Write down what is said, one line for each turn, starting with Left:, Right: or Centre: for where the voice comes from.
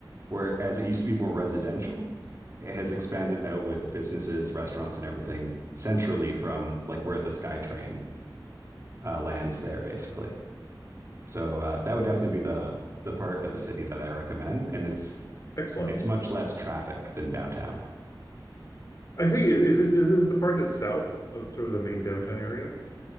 Right: where, as it used to be more residential, it has expanded out with businesses, restaurants, and everything centrally from like where the SkyTrain uh, lands there, basically. So uh, that would definitely be the the part of the city that I recommend, and it's
Left: Excellent.
Right: it's much less traffic than downtown.
Left: I think is is it is this the part that's south of sort of the main downtown area?